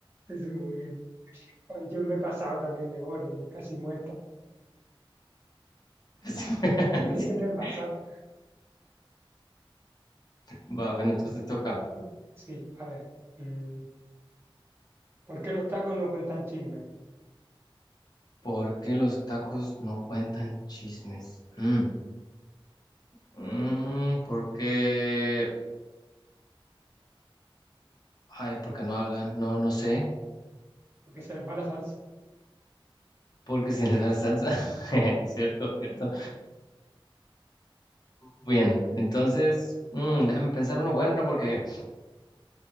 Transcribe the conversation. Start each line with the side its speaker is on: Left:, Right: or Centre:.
Right: Es muy bien. Ay, Yo me he pasado también de gore, casi muerta.
Left: Sí. <laughs>
Right: <laughs> Yo me he pasado.
Left: Va, bueno, entonces
Right: Mm.
Left: toca.
Right: Sí, a ver. mm, ¿Por qué los tacos no cuentan chismes?
Left: ¿Por qué los tacos no cuentan chismes? Mm, mm, ¿por qué? Ay, ¿por qué no hablan? No, no sé.
Right: Porque se les va la salsa.
Left: Porque se les va la salsa. <laughs> Cierto, cierto. Bien, entonces, mm, déjame pensar uno bueno porque...